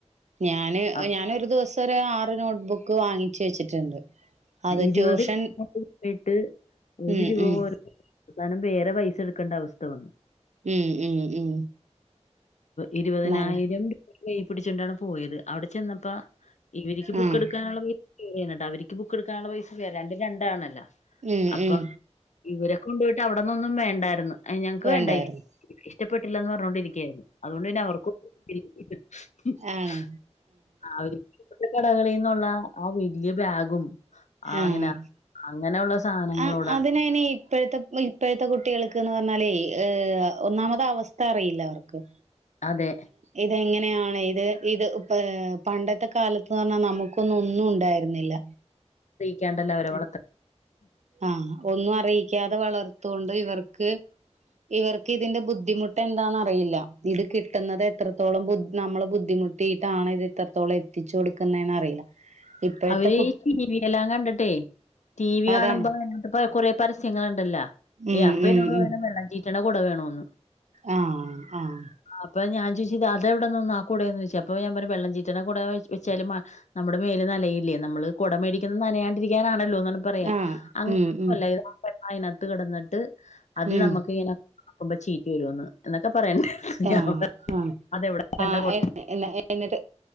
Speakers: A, on the right; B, on the left.
A: ഞാന്
B: അപ്പൊ
A: ഞാനൊരു ദിവസം ഒരാറ് നോട്ട്ബുക്ക് വാങ്ങിച്ച് വെച്ചിട്ടുണ്ട്. അത്
B: ഇരുപത്
A: ട്യൂഷൻ
B: ' <inaudible> 'യിട്ട് ഒരു
A: ഉം
B: രൂപ
A: ഉം
B: പോലും അവസാനം വേറെ പൈസ എടുക്കേണ്ട അവസ്ഥ വന്നു
A: ഉം ഉം ഉം
B: ഇരുപതിനായിരം
A: നല്ല
B: രൂപ കൈ പിടിച്ചോണ്ടാണ് പോയത് അവിടെ ചെന്നപ്പോ ഇവരിക്ക് ബുക്ക്
A: ആഹ്
B: എടുക്കാനുള്ള പൈസ വേണ്ട അവർക്ക് ബുക്ക് എടുക്കാനുള്ള പൈസ വേറെ രണ്ടും രണ്ടാണല്ലോ
A: ഉം
B: അപ്പോ
A: ഉം
B: ഇവരൊക്കെ കൊണ്ടു പോയിട്ട് അവിടന്ന് ഒന്നും വേണ്ടായിരുന്നു ഞങ്ങക്ക്
A: വേണ്ടായിരുന്നു
B: വേണ്ട ഇഷ്ടപ്പെട്ടില്ല എന്ന് പറഞ്ഞോണ്ടിരിക്കായിരുന്നു. അതുകൊണ്ട് തന്നെ അവർക്കും ' <unintelligible>
A: ആണോ
B: ആഹ് ഒരു ഈ കടകളിൽ നിന്നുള്ള ആഹ് വല്യയ ബാഗും ആ
A: ആഹ്
B: അങ്ങനെ അങ്ങനെയുള്ള സാധനങ്ങളോടാണ്
A: ആഹ് അതിനെ അയിന് ഇപ്പോഴത്തെ ഇ ഇപ്പോഴത്തെ കുട്ടികൾക്കന്ന് പറഞ്ഞാലേ ഏഹ് ഒന്നാമത് അവസ്ഥ അറിയില്ല അവർക്ക്.
B: അതെ
A: ഇതെങ്ങനെയാണ് ഇത് ഇത് ഇപ്പ പണ്ടത്തെ കാലത്ത് പറഞ്ഞാൽ നമുക്ക് നമുക്ക് ഒന്നും ഉണ്ടായിരുന്നില്ല
B: ക്കാണ്ടല്ല അവരെ വളത്ത്
A: ആ ഹ് ഒന്നും അറിയിക്കാതെ വളർത്തുകൊണ്ട് ഇവർക്ക് ഇവർക്ക് ഇതിന്റെ ബുദ്ധിമുട്ട് എന്താന്നറിയില്ല ഇത് കിട്ടുന്നത് എത്രത്തോളം ബുദ്ധിമു നമ്മള് ബുദ്ധിമുട്ടിയിട്ടാണ് ഇത് ഇത്രത്തോളം എത്തിച്ചു കൊടുക്കുന്നേ അറിയില്ല ഇപ്പോഴത്തെ
B: അവര്
A: കു
B: ടി വി എല്ലാം കണ്ടിട്ടെ ടി വി
A: അതാണ്
B: കാണുമ്പോ എന്ന കൊറേ പരസ്യങ്ങളുണ്ടല്ലോ
A: ഉം
B: ഏ അപ്പൊ
A: ഉം
B: എന്നോട് പറയണെ
A: ഉം
B: വെള്ളം ചീറ്റണ കുട വേണോന്ന്
A: ആഹ് ആഹ്
B: അപ്പൊ ഞാ ചോദിച്ച് അതെവിടെന്ന്ന്ന് ആ കൂടെന്ന് ചോദിച്ച അപ്പോ ഞാൻ പറ വെള്ളം ചീറ്റണ കുട വെച്ചാലും നമ്മുടെ മേല് നനയില്ലേ നമ്മള് കുട മേടിക്കുന്നത് നനയാണ്ടിരിക്കാനാണല്ലോ പറയാ
A: ആഹ്
B: അങ്ങനല്ല
A: ഉം ഉം
B: ഇ അതിനകത്ത് കിടന്നിട്ട് അത്
A: ഉം
B: നമുക്ക് ഇങ്ങനെക്കുമ്പോ ചീറ്റി വരുമെന്ന് എന്നൊക്കെ പറയണ്ട്
A: ആഹ്
B: ഞാൻ
A: ആഹ്
B: അതെവിടെ കണ്ട
A: ആഹ്
B: കൊ
A: എന്നിട്ട് എന്നിട്ട്